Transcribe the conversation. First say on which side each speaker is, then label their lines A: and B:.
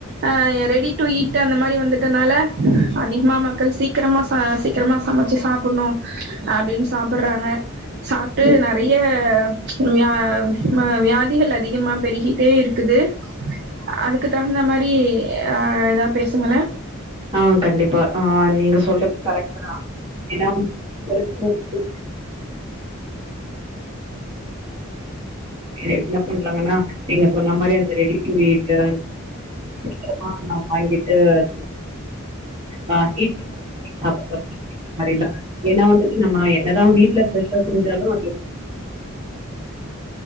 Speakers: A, on the right (about 50°); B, on the right (about 25°).
A: ஆ ரெடி டு ஈட் அந்த மாரி வந்துட்டனால அதிகமா மக்கள் சீக்கிரமா ச சீக்கிரமா சமைச்சு சாப்புணு அப்டின் சாப் புறாங்க சாப்புட்டு
B: ம்.
A: நிறைய வியா வியாதி விதிகள் அதிகமா பெருகிட்டே இருக்குது அதுக்கு தகுந்த மாரி ஆ எதா பேசுங்களே
B: ஆ கண்டிப்பா ஆ நீங்க சொல்றது கரெக்ட்டுதா ஏனா <unintelligible> <unintelligible> என்ன பண்றாங்கன்னா நீங்க சொன்ன மாரி ரெடி டு ஈட்டு <inaudible> வாங்கிட்டு <inaudible> வாங்கி <inaudible> அந்தமாரிலா ஏனா வந்துட்டு நம்ம வீட்ல ஸ்பெஷலா